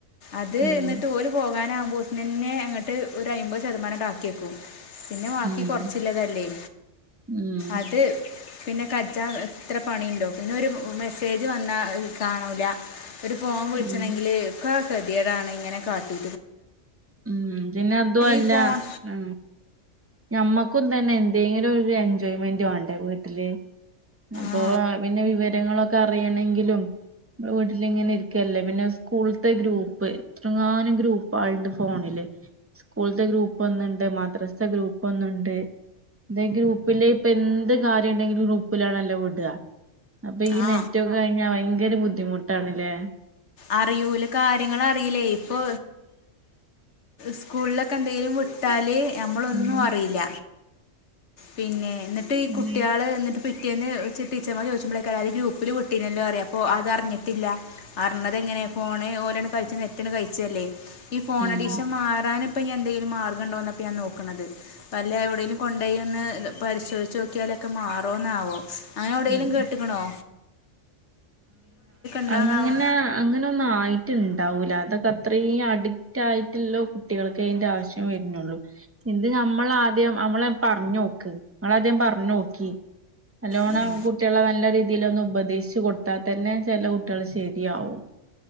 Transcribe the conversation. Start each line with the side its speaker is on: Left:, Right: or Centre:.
Left: അത്
Right: ഉം
Left: എന്നിട്ട് ഓരു പോ ഭാന ആകുമ്പോന്നെ അങ്ങട്ട് ഒരു അമ്പത് ശതമാനംട്ട ആക്കിയ്ക്കും. പിന്നെ ബാക്കി
Right: ഉം
Left: കുറച്ചില്ലതല്ലേ
Right: ഉം
Left: അത്. പിന്നെ കജ ഇത്ര പണിയുണ്ടോ പിന്നെരു മെസ്സേജ് വന്നാ കാണൂല. ഒരു ഫോം വിളിച്ചണെങ്കില്
Right: ഉം
Left: ഒക്ക ഗതിേടാണ് ഇങ്ങനെ കാട്ടി
Right: ഉ പിന്നെ അതുംല്ല
Left: ഈ ഫോൺ
Right: ഉ ഞമ്മ തന്നെ എന്തെങ്കന ഒരു എൻജോയ്മെന്റ വണ്ട് വീട്ടില്. അപ്പൊ
Left: ആ
Right: പിന്നെ വിവരങ്ങളൊക്കെ അറിയണമെങ്കിലുംമ്മ വീട്ടില ഇങ്ങനെ ഇരിക്കല്ലേ പിന്നെ സ്കൂളത്തെ ഗ്രൂപ്പ് എത്രങ്ങാനം ഗ്രൂപ്പ് ണ്ട് ഫോണില് സ്കൂളത്തെ ഗ്രൂപ്പ് ഒന്നണ്ട് മദ്രാസത്തെ ഗ്രൂപ്പ് ഒന്നണ്ട് എന്ത ഗ്രൂപ്പില ഇപ്പ എന്ത് കാര്യുണ്ടെങ്കിലും ഗ്രൂപ്പിലാണല്ല വിടുക അപ്പൊ ഈ
Left: ആ
Right: നെറ്റൊ കഴിഞ്ഞാ ഭയങ്ക ഭയങ്കര ബുദ്ധിമുട്ടാണല്ലേ
Left: അറിയൂല കാര്യങ്ങ അറിയില്ലേ ഇപ്പൊ സ്കൂളിലൊക്കെ എന്തെങ്കിലും വിട്ടാല് നമ്മളൊന്നും
Right: ഉം
Left: അറിയില്ല പിന്നെ എന്നിട്ട് ഈ
Right: ഉം
Left: കുട്ടികള് എന്നിട്ട് പിട്ടിന്ന് ടീച്ചർമാർ ചോദിച്ചോഴേക്ക അത് ഗ്രൂപ്പിൽ പട്ടീല്ലോ അറ അപ്പോ അറിഞ്ഞിട്ടില്ല പറഞ്ഞത് എങ്ങനെയാണ് ഫോണ് ഓരോണ് കഴിച്ചു നെറ്റണ് കഴിച്ചല്ലേ ഈ പോണടീശം
Right: ഉം
Left: മാറാൻ അപ്പ ഞ എന്തങ്കിലും മാഗംണ്ടോന്നപ്പോ ഞാ നോക്കുന്നത് അപ്പ അല്ല എവിടെങ്കലും കൊണ്ട പോയിന്ന് പരിശോധിച്ചച്ച് നോക്കിയാലൊക്കെ മാറോന്നാവോ അങ്ങനെവിയങ്കലും
Right: ഉം
Left: കേട്ടക്കണോ ഉണ്ടോയെന്നാവോ
Right: അങ്ങനെ അങ്ങനെ ഒന്നും ആയിട്ടുണ്ടാവൂല അതൊക്കെ അത്രയും അഡിക്റ്റ് ആയിട്ടുള്ള കുട്ടികൾക്ക് അതിന്റെ ആവശ്യം വരുന്നുള്ളു ഇത് നമ്മൾാദ്യം നമ്മളെ പറഞ്ഞു നോക്ക് നമ്മളാദ്യം പറഞ്ഞു നോക്കി നല്ലോണം
Left: ഉം.
Right: കുട്ടികളെ നല്ല രീതിൽ ഒന്ന് ഉപദേശിച്ചു കൊ പത്താ തന്നെ ചെില കുട്ടികൾ ശരിയാവും